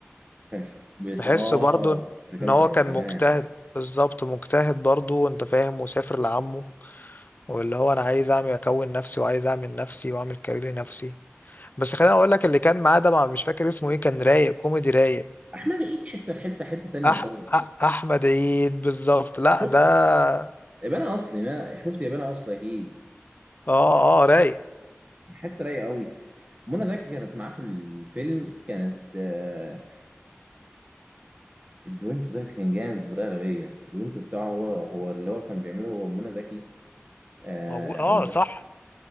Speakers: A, on the right (about 30°); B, on the left (about 40°).
A: كانش بيط...
B: بحسه
A: اه
B: برضو
A: احنا كانوا
B: ان هو
A: في الروقان
B: كان مجتهد بالظبط مجتهد برضو انت فاهم وسافر لعمه واللي هو انا عايز اعمل اكون نفسي وعايز اعمل نفسي واعمل كارير لنفسي بس خليني اقول لك اللي كان معاه ده ما- مش فاكر اسمه ايه كان رايق كوميدي رايق
A: احمد عيد حته في حته حته تانيه
B: أح...
A: خالص
B: أح... احمد عيد بالظبط لا
A: شفت
B: ده
A: ابانا اصلي ما شفت ابانا اصلي اكيد
B: اه اه رايق
A: حته رايقه قوي منى زكي كانت معاه في الفيلم كانت آه، الدوينتو ده كان جامد بطريقه غبيه الدوينتو بتاعه هو هو اللي هو كان بيعمله هو ومنى زكي آه
B: موجود اه
A: والمشهد
B: صح